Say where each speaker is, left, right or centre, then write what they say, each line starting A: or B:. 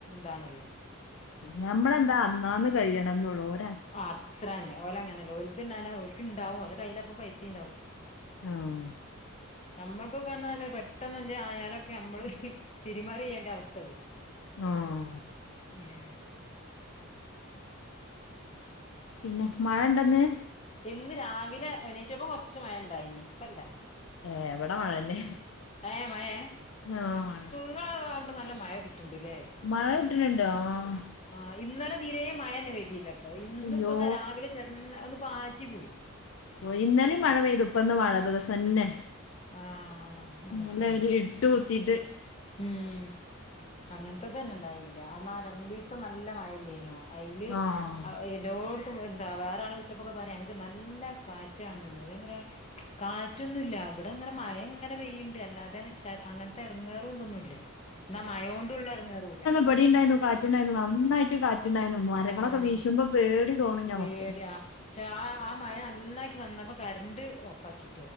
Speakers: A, on the left; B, on the left.
A: താണല്ലോ.
B: ഞമ്മളെന്താ അന്നാന്ന് കയ്യണംന്നള്ളൂ ഓ
A: ആഹ് അത്രന്നെ ഓല അങ്ങനല്ല ഓൽത് ന്നാൻ ഓൽക്ക് ണ്ടാവും ഓലെ കയ്യില് അപ്പം പൈസിം ണ്ടാവും. <inaudible>
B: ആഹ്
A: നമ്മക്കൊക്കെന്നാല് പെട്ടെന്ന് എന്തേ ആയാലൊക്കെ നമ്മള് തി തിരിമറി യ്യേണ്ട അവസ്ഥല്ലേ.
B: ആഹ്
A: ഉം
B: പിന്നെ മഴ ഇണ്ടന്ന്?
A: ഇന്ന് രാവിലെ എണീറ്റപ്പോ കൊർച്ച് മഴ ണ്ടായിനി ഇപ്പല്ല.
B: ഏഹ് ഇവടെ മഴന്നെ
A: ഉം ഏഹ് മഴേ
B: ആഹ്
A: <unintelligible> നല്ല മഴ കിട്ട്ണ്ട്ല്ലേ?
B: മഴ കിട്ട്ണ് ണ്ടോ? ആഹ്
A: ആഹ് ഇന്നലെ തീരെ മഴന്നെ പെയ്തില്ലട്ടോ ഇന്ന്പ്പോതാ
B: അയ്യോ
A: രാവിലെ ചെർന്ന് ഒന്ന് പാറ്റി പോയി.
B: ഓഹ് ഇന്നലിം മഴ പെയ്തു. പ്പ ഇന്ന് മഴ ദിവസം ന്നെ
A: ആഹ് അത്
B: നല്ലൊരു
A: ശരി
B: ഇട്ട് കുത്തിട്ട്
A: ഉം അങ്ങൻത്തതന്നെ ണ്ടായില്ല. അന്നാ ആ രണ്ടീസം നല്ല മഴല്ലേനോ? അയില്
B: ആഹ്
A: എല്ലോട് എന്താ വേറെ ആള് വിളിച്ചപ്പൊക്കെ പറ്യാ അൻക്ക് നല്ല കാറ്റാണ് ന്ന് ഞാൻ പറ്യാ കാറ്റൊന്നുല്ല ഇവടെ ങ്ങനെ മഴ ഇങ്ങനെ പെയ്യ്ണ്ട് അല്ലാതെ ഷ അങ്ങൻത്തെ എടങ്ങേ <unintelligible> ന്നാ മഴോണ്ടുള്ള എടങ്ങേറൂല.
B: വടിംണ്ടായിരുന്നു കാറ്റുണ്ടായിരുന്നു നന്നായിട്ട് കാറ്റുണ്ടായിരുന്നു മരങ്ങളൊക്കെ
A: ഏഹ്
B: വീശുമ്പോ പേടി തോണും ഞമ്മക്ക്.
A: പേടിയാ പക്ഷെ ആഹ് ആഹ് മഴ നന്നാക്കി വന്നപ്പോ കറണ്ട് ഓഫാക്കി.